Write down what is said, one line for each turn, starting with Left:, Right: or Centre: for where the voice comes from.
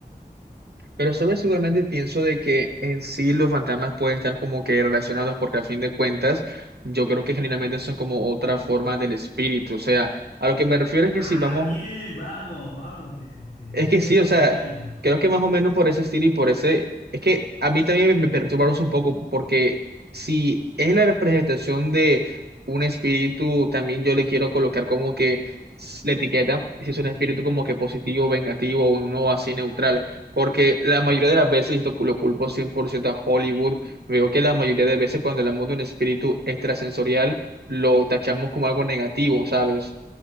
Right: Pero sabes, seguramente pienso de que en sí los fantasmas pueden estar como que relacionados porque a fin de cuentas yo creo que generalmente son como otra forma del espíritu. O sea, a lo que me refiero es que
Left: Ah,
Right: si vamos
Left: bien, vamos, vamos, te, te-
Right: es que
Left: te
Right: sí,
Left: vas
Right: o
Left: acercando.
Right: sea, creo que más o menos por ese estilo y por ese, es que a mí también me me perturbaron un poco, porque si es la representación de un espíritu, también yo le quiero colocar como que s- la etiqueta, si es un espíritu como que positivo, vengativo, o uno así neutral, porque la mayoría de las veces, y esto lo culpo 100% a Hollywood, veo que la mayoría de veces cuando hablamos de un espíritu extrasensorial, lo tachamos como algo negativo, ¿sabes?